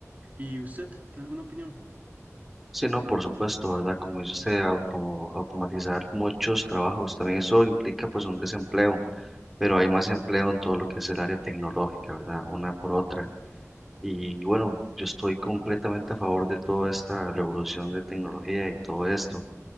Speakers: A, on the right (about 30°); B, in the centre.
A: ¿Y usted tiene alguna opinión?
B: Sí, no, por supuesto, ¿verdad? Como dice usted, auto- automatizar muchos trabajos, también eso implica pues un desempleo, pero hay más empleo en todo lo que es el área tecnológica, ¿verdad? Una por otra. Y bueno, yo estoy completamente a favor de toda esta revolución de tecnología y todo esto.